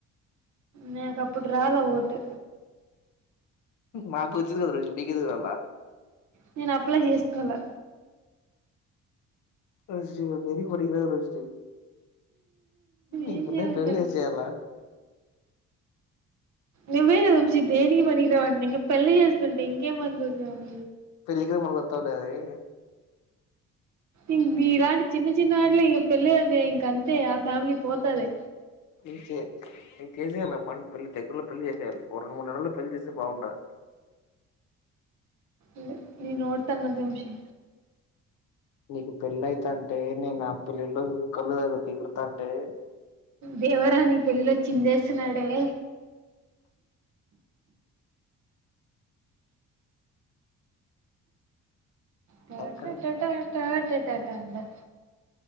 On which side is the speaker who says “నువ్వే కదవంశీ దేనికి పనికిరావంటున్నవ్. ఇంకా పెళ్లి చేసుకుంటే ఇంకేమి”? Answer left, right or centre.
Right